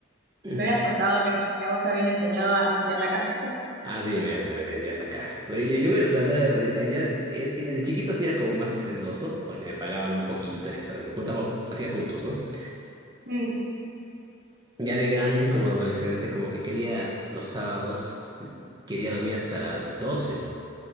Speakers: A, on the right; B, on the right.
A: <clears throat>
B: me habías contado que, que a vos te habían enseñado a, a limpiar la casa. <laughs>
A: ah, sí, me, se me limpiar la casa. Pero yo, yo me trataba de... resi- allá, eh, eh, de chiquito sí era como más hacendoso, porque me pagaban un poquito, y eso, le juntaba, hacía puntos, ¿no?
B: Mm,
A: Ya de grande, como adolescente, como que quería los sábados, quería dormir hasta las doce